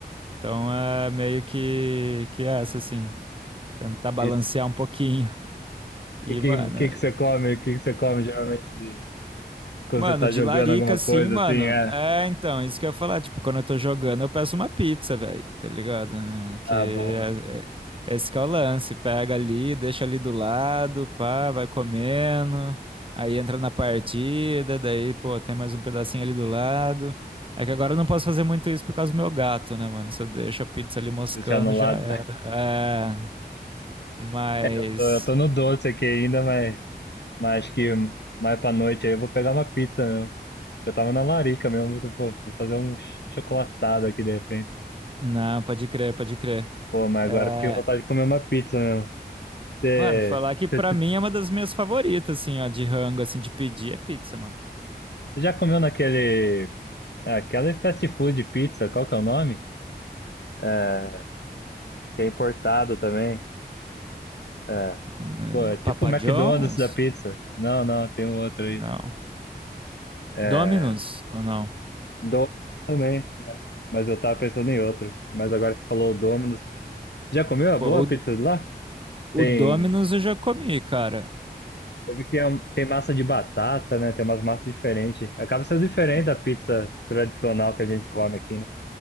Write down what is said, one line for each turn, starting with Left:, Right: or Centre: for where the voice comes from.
Right: Então, é meio que, que é essa, assim, tentar balancear
Left: Esse-
Right: um pouquinho. E,
Left: E que,
Right: mano,
Left: que que você come? O que que você come geralmente de quando
Right: Mano,
Left: você tá
Right: de
Left: jogando
Right: larica,
Left: alguma
Right: assim,
Left: coisa
Right: mano.
Left: assim? É,
Right: É, então, isso que eu ia falar. Tipo, quando eu tô jogando, eu peço uma pizza, velho. Tá ligado? Ah, Que
Left: ah,
Right: é-
Left: boa.
Right: é- esse que é o lance. Pega ali, deixa ali do lado, pá, vai comendo. Aí entra na partida, daí, pô, tem mais um pedacinho ali do lado. É que agora eu não posso fazer muito isso por causa do meu gato, né, mano? Se eu deixo a pizza ali moscando,
Left: Deixar no lado.
Right: já era. É, mas.
Left: <laughs> Eu tô no doce aqui ainda, mas, mas acho que mais pra noite aí eu vou pegar uma pizza mesmo. Eu tava na larica mesmo, que eu vou vou fazer um ch- chocolatado aqui de repente.
Right: Não, pode crer, pode crer.
Left: Pô, mas agora
Right: É,
Left: eu fiquei com vontade de comer uma pizza mesmo. Você,
Right: Mano, falar que pra
Left: você,
Right: mim é uma das minhas favoritas, assim, ó, de rango, assim, de pedir é pizza, mano.
Left: você já comeu naquele, é, aquele fast food pizza, qual que é o nome? É, que é importado também. É,
Right: Eh,
Left: Pô, é tipo
Right: Papa
Left: o McDonald's
Right: John's?
Left: da pizza. Não, não, tem um outro aí.
Right: Não.
Left: É,
Right: Domino's ou não?
Left: Domino's também, mas eu tava pensando em outro. Mas agora que falou o Domino's, já comeu a
Right: Pô,
Left: boa
Right: o,
Left: pizza de lá?
Right: o
Left: Tem,
Right: Domino's eu já comi, cara.
Left: eu vi que é um- tem massa de batata, né? Tem umas massas diferentes. Acaba sendo diferente
Right: En-
Left: da pizza tradicional que a gente come aqui, né?